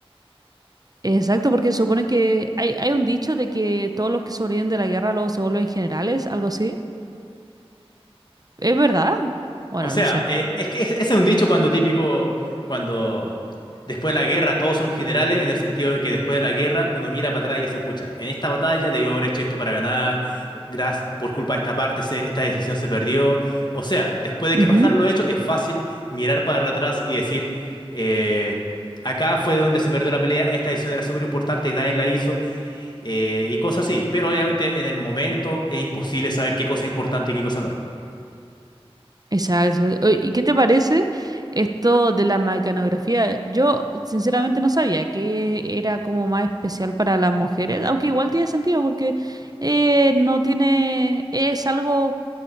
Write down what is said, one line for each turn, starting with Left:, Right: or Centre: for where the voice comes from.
Right: Exacto, porque supone que hay, hay un dicho de que todos los que sobreviven de la guerra luego se vuelven generales, algo así. ¿Es verdad? Bueno,
Left: O sea,
Right: no sé.
Left: eh, es que es- ese es un dicho cuando típico, cuando después de la guerra todos son generales, en el sentido de que después de la guerra uno mira para atrás y dice, pucha, en esta batalla debíamos haber hecho esto para ganar, gracias, por culpa de esta parte se- esta decisión se perdió. O sea, después de
Right: Ujú,
Left: que pasaron los hechos, es fácil mirar para atrás y decir, eh, acá fue donde se perdió la pelea, esta decisión era súper importante y nadie la hizo, eh, y cosas así. Pero obviamente en el momento es imposible saber qué cosa es importante y qué cosa no.
Right: Exacto. Oye, ¿Y qué te parece esto de la mecanografía? Yo sinceramente no sabía que era como más especial para las mujeres, aunque igual tiene sentido porque eh, no tiene, es algo